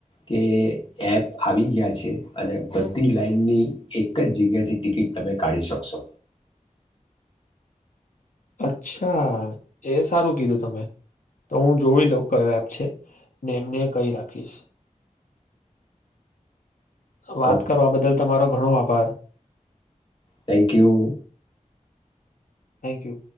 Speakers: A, on the left; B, on the left.
A: કે એપ આવી ગયા છે અને બધી લાઈનની એક જ જગ્યાથી ટિકિટ તમે કાઢી શકશો.
B: અચ્છા એ સારું કીધું તમે તો હું જોઈ લઉ કયો એપ છે ને એમને કહી રાખીશ. વાત
A: ઓકે
B: કરવા બદલ તમારો ઘણો આભાર.
A: Thank you.
B: Thank you.